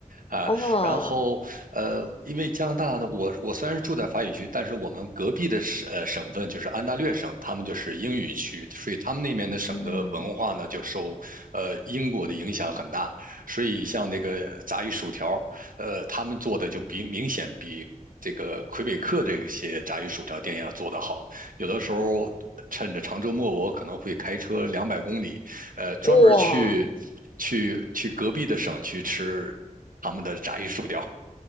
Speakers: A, on the right; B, on the left.
A: 啊，
B: 哦，
A: 然后呃，因为加拿大呢，我我虽然是住在法语区，但是我们隔壁的省呃省份就是安大略省，他们就是英语区，所以他们那边的省的文化呢就受呃英国的影响很大，
B: 嗯，
A: 所以像那个炸鱼薯条，呃，他们做的就比明显比这个魁北克这些炸鱼薯条店要做得好。有的时候趁着长周末，我可能会开车两百公里，呃，专门去去去隔壁的省去吃他们的炸鱼薯条。
B: 哇。